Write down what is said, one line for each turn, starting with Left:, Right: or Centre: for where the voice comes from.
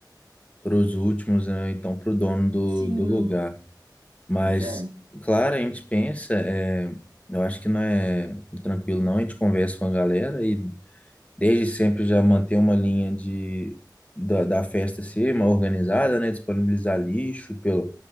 Left: para os últimos, né? Então, para o dono do,
Right: Sim.
Left: do lugar. Mas,
Right: Pois é.
Left: claro, a gente pensa, é, eu acho que não é tranquilo, não. A gente conversa com a galera e desde sempre já manter uma linha de, da, da festa ser uma organizada, né? Disponibilizar lixo, pelo,